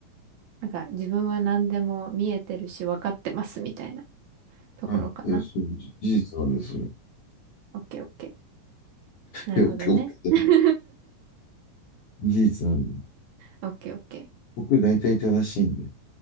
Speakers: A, on the right (about 70°); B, on the left (about 75°).
A: なんか、自分は何でも見えてるし、わかってますみたいなところかな。
B: はい。いや、そう、事実なんです、それ。はい
A: オッケーオッケー。なるほどね。
B: いや、今日、
A: <laughs>
B: 事実なんで。
A: オッケーオッケ
B: 僕、大体正しいんで。